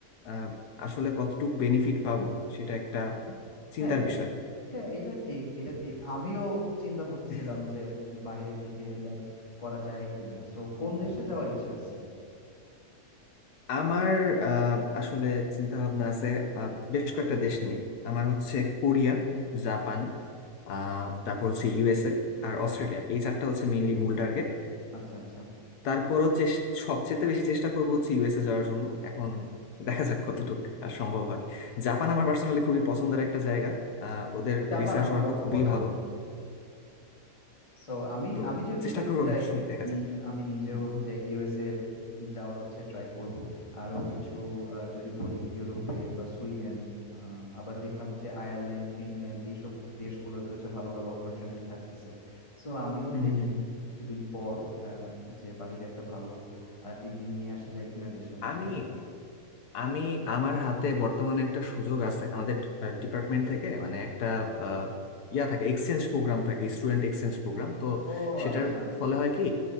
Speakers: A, on the left; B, on the left.
A: আহ, আসলে কতটুকু বেনিফিট পাবো সেটা একটা চিন্তার
B: হ্যাঁ
A: বিষয়
B: এটা এটা ঠিক এটা ঠিক আমিও চিন্তা করতেছিলাম
A: আহ,
B: যে বাহিরের দিকে মুভ করা যায় কিনা সো কোন দেশে যাওয়ার ইচ্ছা আছে
A: আমার আহ, আসলে চিন্তা ভাবনা আছে আহ, বেশ কয়েকটা দেশ নিয়ে আমার হচ্ছে কোরিয়া জাপান আহ, তারপর হচ্ছে ইউএসএ আর অস্ট্রেলিয়া এই চারটা হচ্ছে মেইনলি মূল টার্গেট
B: আচ্ছা আচ্ছা
A: তারপরও চেস- সবচেয়ে বেশি চেষ্টা করব হচ্ছে ইউএসএ যাওয়ার জন্য এখন দেখা যাক কতটুকু আর সম্ভব হয় জাপান আমার পার্সোনালি খুবই পছন্দের একটা জায়গা আহ, ওদের
B: জাপান
A: রিসার্চ
B: আমারও
A: ওয়ার্কও
B: খুব
A: খুবই
B: পছন্দের।
A: ভালো
B: সো আমি
A: তো
B: আমি যদি
A: চেষ্টা
B: যেতে
A: করবো
B: চাই,
A: আর কি দেখা
B: আমি
A: যাক
B: আমি নিজেও
A: হুম,
B: হচ্ছে
A: হুম,
B: USA এর যাওয়ার হচ্ছে ট্রাই করব। আরো কিছু আ যদি বলি ইউরোপে বা সুইডেন, আ আবার দেখলাম যে আয়ারল্যান্ড, ফিনল্যান্ড এইসব দেশগুলোতে হচ্ছে ভালো, ভালো অপরচুনিটি থাকতেছে। সো আমিও
A: হুম,
B: দেখি
A: হুম, হুম।
B: কিছুদিন পর আ যে বাহিরে একটা ভালো আ ডিগ্রি নিয়ে আসা যায় কিনা দেশের মধ্যে
A: আমি
B: এটা।
A: আমি আমার হাতে বর্তমানে একটা সুযোগ আছে আমাদের ডিপার্টমেন্ট থেকে মানে একটা আহ, ইয়া থাকে এক্সচেঞ্জ প্রোগ্রাম থাকে স্টুডেন্ট এক্সচেঞ্জ প্রোগ্রাম তো
B: ও
A: সেটার
B: আচ্ছা।
A: ফলে হয় কি